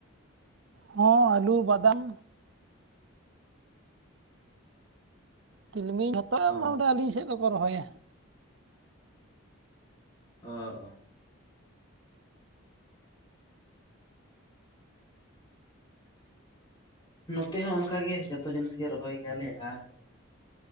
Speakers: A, on the right (about 55°); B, on the left (about 20°).
A: ᱦᱚᱸ ᱟᱹᱞᱩ, ᱵᱟᱫᱟᱢ, ᱛᱤᱞᱢᱤᱧ, ᱡᱷᱚᱛᱚ ᱜᱮ
B: ᱚ
A: ᱢᱚᱴᱟᱢᱚᱴᱤ ᱟᱹᱞᱤᱧ ᱥᱮᱫ ᱫᱚᱠᱚ ᱨᱚᱦᱚᱭᱟ ᱾
B: ᱚ ᱚ ᱾ ᱱᱚᱛᱮ ᱦᱚᱸ ᱚᱱᱠᱟ ᱜᱮ ᱡᱚᱛᱚ ᱡᱤᱱᱤᱥ ᱜᱮ ᱨᱚᱦᱚᱭ ᱜᱮᱭᱟᱞᱮ, ᱟᱨ